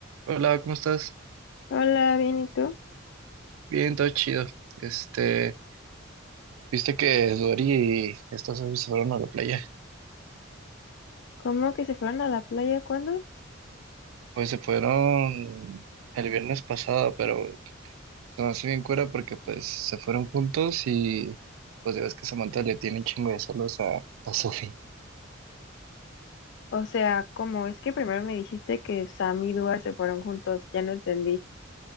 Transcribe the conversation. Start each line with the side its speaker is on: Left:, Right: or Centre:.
Right: Hola, ¿cómo estás?
Left: Hola, bien, ¿y tú?
Right: Bien, todo chido. Este, viste que Dori y estos hombres se fueron a la playa.
Left: ¿Cómo que se fueron a la playa cuándo?
Right: Pues se fueron el viernes pasado, pero se me hace bien cura porque pues se fueron juntos y pues ya ves que Samantha le tiene un chingo de celos a, a Sophie.
Left: O sea, ¿cómo? Es que primero me dijiste que Sam y Dua se fueron juntos, ya no entendí.